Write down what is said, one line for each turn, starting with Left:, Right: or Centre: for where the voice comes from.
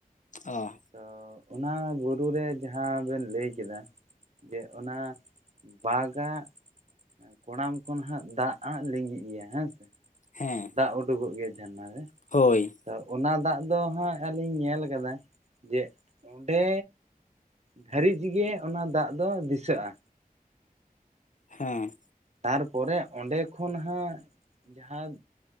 Left: ᱚ᱾
Right: ᱛᱚ, ᱚᱱᱟ ᱵᱩᱨᱩ ᱨᱮ ᱡᱟᱦᱟᱸ ᱵᱮᱱ ᱞᱟᱹᱭ ᱠᱮᱫᱟ, ᱡᱮ ᱚᱱᱟ ᱵᱟᱜᱟᱜ ᱠᱚᱲᱟᱢ ᱠᱷᱚᱱ ᱦᱟᱸᱜ ᱫᱟᱜ ᱦᱟᱸᱜ ᱞᱤᱸᱜᱤᱜ ᱜᱮᱭᱟ, ᱦᱮᱸ ᱥᱮ,
Left: ᱦᱮᱸ᱾
Right: ᱫᱟᱜ ᱩᱰᱩᱜᱚᱜ ᱜᱮᱭᱟ ᱡᱷᱟᱨᱱᱟ ᱨᱮ᱾
Left: ᱦᱳᱭ᱾
Right: ᱛᱚ, ᱚᱱᱟ ᱫᱟᱜ ᱫᱚ ᱦᱟᱸᱜ ᱟᱹᱞᱤᱧ ᱧᱮᱞ ᱟᱠᱟᱫᱟ, ᱡᱮ, ᱚᱸᱰᱮ ᱫᱷᱟᱹᱨᱤᱡᱷ ᱜᱮ ᱚᱱᱟ ᱫᱟᱜ ᱫᱚ ᱫᱤᱥᱟᱹᱜᱼᱟ᱾
Left: ᱦᱮᱸ᱾
Right: ᱛᱟᱨᱯᱚᱨᱮ, ᱚᱸᱰᱮ ᱠᱷᱚᱱ ᱦᱟᱸᱜ ᱡᱟᱦᱟᱸ